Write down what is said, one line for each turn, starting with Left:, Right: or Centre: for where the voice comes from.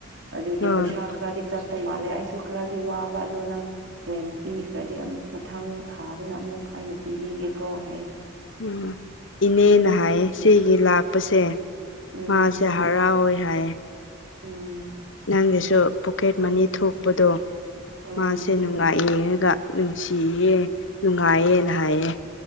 Right: ꯑꯗꯨꯒꯤ
Left: ꯍꯣꯏ
Right: ꯄꯩꯁꯥ ꯈꯔꯗꯤ ꯆꯠꯄ ꯃꯥꯜꯂꯦ ꯑꯩꯁꯨ ꯈꯔꯗꯤ ꯋꯥꯕ ꯑꯗꯣ ꯅꯪ ꯔꯦꯟ ꯄꯤꯈ꯭ꯔꯗꯤ ꯑꯃꯨꯛ ꯃꯊꯪ ꯊꯥꯗꯅ ꯑꯃꯨꯛ ꯑꯩꯅ ꯄꯤꯕꯤꯒꯦꯀꯣ ꯍꯥꯏꯌꯦ
Left: ꯎꯝ ꯏꯅꯦꯅ ꯍꯥꯏꯌꯦ ꯁꯤꯒꯤ ꯂꯥꯛꯄꯁꯦ
Right: ꯎꯝ
Left: ꯃꯥꯁꯦ ꯍꯔꯥꯎꯋꯦ ꯍꯥꯏꯌꯦ
Right: ꯎꯝ
Left: ꯅꯪꯒꯤꯁꯨ ꯄꯣꯛꯀꯦꯠ ꯃꯅꯤ ꯊꯣꯛꯄꯗꯣ
Right: ꯑꯥ
Left: ꯃꯥꯁꯦ ꯅꯨꯡꯉꯥꯏ ꯌꯦꯡꯉꯒ ꯅꯨꯡꯁꯤꯌꯦ ꯅꯨꯡꯉꯥꯏꯌꯦꯅ ꯍꯥꯏꯌꯦ